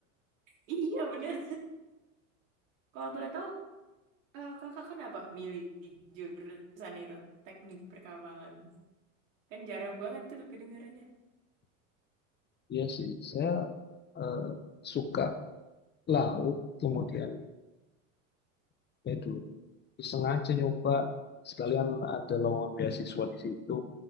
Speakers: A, on the right (about 80°); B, on the left (about 25°).
A: Iya bener. Kalau boleh tahu, eh, kakak kenapa milih jurusan itu, teknik perkapalan? Kan jarang banget tuh kedengarannya.
B: Iya sih, saya eh, suka laut, kemudian eh, dulu sengaja nyoba sekalian ada lowongan beasiswa di situ